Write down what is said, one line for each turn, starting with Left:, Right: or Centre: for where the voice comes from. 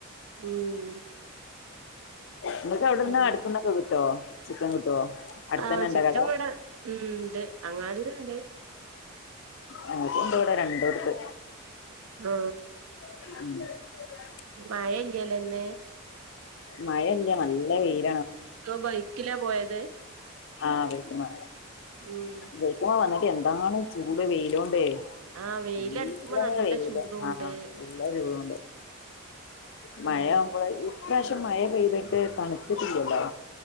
Right: ഉം
Left: നമുക്ക്‌ അവിടന്ന്
Right: പിന്നെ
Left: അടുത്ത്ന്നൊക്കെ കിട്ട് ട്ടോ ചിക്കൻ കിട്ടോ അടുത്തന്നെ
Right: ആ
Left: ഇണ്ടോ
Right: ചിക്കൻ
Left: കട
Right: ഇവിടെ മ് ണ്ട് അങ്ങാടില് ണ്ട്
Left: അത് ഇണ്ട് വടെ രണ്ടോടുത്ത്
Right: ആ
Left: <inaudible>
Right: മഴ ഇല്ലലേ ഇന്ന്
Left: മഴ ഇല്ല നല്ല വെയില്
Right: ബൈക്കിലാ പോയത്
Left: ആ ബൈക്കുമ്മെ
Right: ഉം
Left: ബൈക്കുമ്മെ <unintelligible> എന്താണ് ചൂട് വെയിലോണ്ടേ
Right: ആ വെയിലടിക്കുമ്പോ
Left: നല്ലോണം
Right: നല്ല
Left: വെയില്
Right: ചൂടുണ്ട്
Left: ആ നല്ല ചൂടും ഇണ്ട് മഴയാവ്മ്പൾ
Right: ഉം
Left: ഇപ്രാവശ്യം മഴ പെയ്തിട്ട് തണുത്തിട്ടില്ലല്ലോ